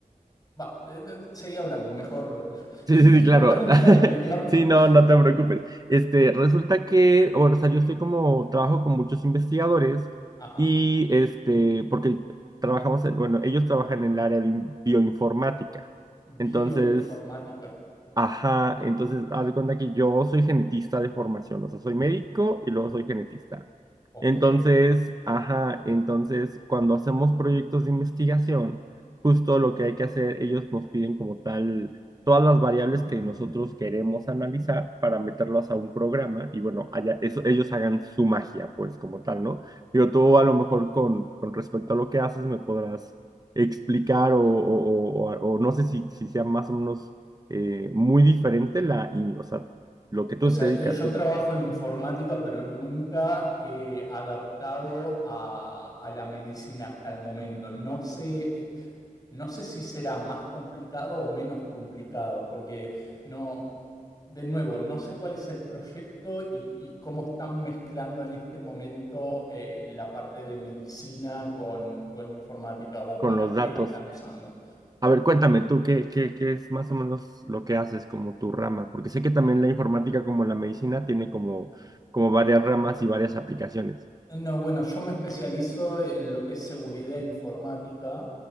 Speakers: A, on the left; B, on the right.
A: va, eh, eh, seguí hablando, mejor, <laughs>
B: <laughs> sí,
A: mejor
B: sí, sí, claro.
A: termina
B: <laughs>
A: de explicarme.
B: Sí, no, no te preocupes. Este, resulta que, bueno, o sea, yo estoy como, trabajo con muchos investigadores
A: Ajá,
B: y este, porque trabajamos en, bueno, ellos trabajan en el área de in- bioinformática.
A: bioinformática.
B: Entonces, Ajá, entonces haz de cuenta que yo soy genetista de formación, o sea, soy médico y luego soy genetista.
A: Ok.
B: Entonces, ajá, entonces cuando hacemos proyectos de investigación, justo lo que hay que hacer, ellos nos piden como tal todas las variables que nosotros queremos analizar para meterlas a un programa y bueno, allá, eso, ellos hagan su magia, pues como tal, ¿no? Digo, tú a lo mejor con, con respecto a lo que haces me podrás explicar o, o, o, o- o no sé si, si sea más o menos eh, muy diferente la, y, o sea, lo que tú
A: O sea,
B: te dedicas,
A: eh, yo
B: que es
A: trabajo en informática, pero nunca eh, adaptado a, a la medicina hasta el momento. No sé, eh, no sé si será más complicado o menos complicado, porque no, de nuevo, no sé cuál es el proyecto y, y cómo están mezclando en este momento eh, la parte de medicina con, con informática o
B: con
A: para
B: los
A: qué
B: datos.
A: la están usando.
B: A ver, cuéntame tú, ¿qué, qué, qué es más o menos lo que haces como tu rama? Porque sé que también la informática, como la medicina, tiene como, como varias ramas y varias aplicaciones.
A: No, bueno, yo me especializo en lo que es seguridad informática